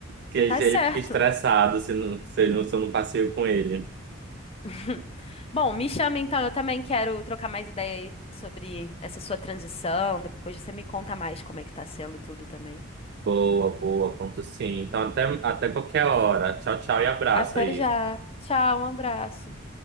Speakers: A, on the right; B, on the left.
A: que ele
B: Tá certo.
A: fica estressado se, não, se, eu não, se eu não passeio com ele.
B: <laughs> Bom, me chama então, eu também quero trocar mais ideia aí sobre essa sua transição. Depois você me conta mais como é que tá sendo tudo também.
A: Boa, boa, conto sim. Então até, até qualquer hora. Tchau, tchau e abraço
B: Até
A: aí.
B: já. Tchau, um abraço.